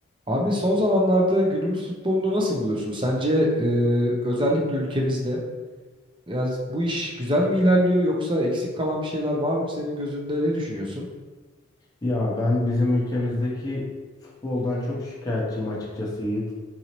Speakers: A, on the right; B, on the left.
A: Abi son zamanlarda günümüz futbolunu nasıl buluyorsun? Sence e, özellikle ülkemizde biraz bu iş güzel mi ilerliyor yoksa eksik kalan bir şeyler var mı senin gözünde ne düşünüyorsun?
B: Ya ben bizim ülkemizdeki futboldan çok şikayetçiyim açıkçası Yiğit.